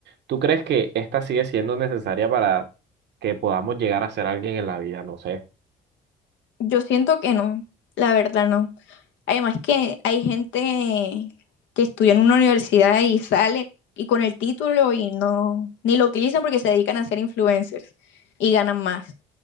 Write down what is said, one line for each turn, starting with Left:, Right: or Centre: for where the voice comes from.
Right: ¿Tú crees que esta sigue siendo necesaria para que podamos llegar a ser alguien en la vida? No sé.
Left: Yo siento que no, la verdad no. Además que hay gente que estudia en una universidad y sale y con el título y no, ni lo utilizan porque se dedican a ser influencers y ganan más.